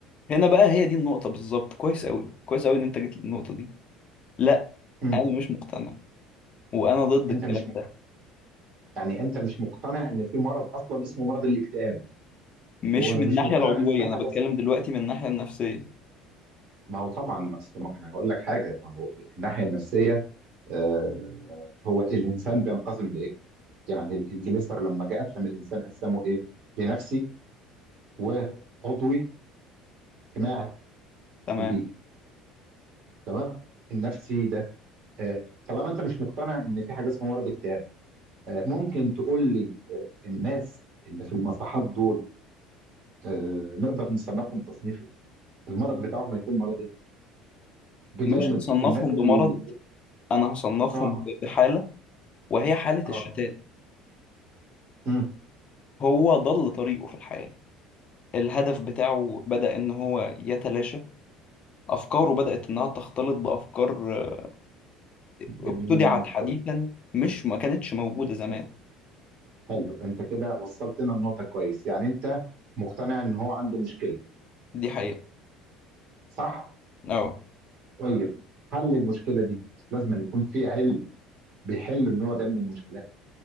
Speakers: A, on the left (about 35°); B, on the right (about 45°).
A: هنا بقى هي دي النقطة بالظبط كويس أوي كويس أوي إن أنت جيت للنقطة دي لا
B: امم
A: أنا مش مقتنع وأنا ضد
B: انت
A: الكلام
B: مش
A: ده
B: يعني انت مش مقتنع ان في مرض اصلا اسمه مرض الاكتئاب
A: مش
B: ومش
A: من الناحية
B: مقتنع
A: العضوية
B: ان في حاجه
A: أنا بتكلم
B: اسمها
A: دلوقتي من الناحية النفسية
B: ما هو طبعا ما أصل ما- انا هقول لك حاجه ما هو الناحيه النفسيه آه، هو الانسان بينقسم لايه؟ يعني الجليسر لما جه قسم الانسان قسمه ايه؟ لنفسي وعضوي واجتماعي
A: تمام
B: وبيئي تمام؟ النفسي ده آه، طالما انت مش مقتنع ان في حاجه اسمها مرض اكتئاب آه، ممكن تقول لي آه، الناس اللي في المصحات دول آه، نقدر نصنفهم تصنيف المرض بتاعهم هيكون مرض ايه بجانب
A: مش هصنفهم
B: الناس اللي
A: بمرض أنا هصنفهم
B: اه
A: ب- بحالة وهي حالة
B: اه
A: الشتات
B: امم
A: هو ضل طريقه في الحياة الهدف بتاعه بدأ إن هو يتلاشى أفكاره بدأت إنها تختلط بأفكار آه، ابتدعت
B: جميل
A: حديثا
B: قوي
A: مش ما كانتش موجودة زمان
B: حلو حلو انت كده وصلت لنا النقطة كويس يعني انت مقتنع ان هو عنده مشكلة
A: دي حقيقة
B: صح
A: أه
B: طيب حل المشكلة دي لازم أن يكون في علم بيحل النوع ده من المشكلات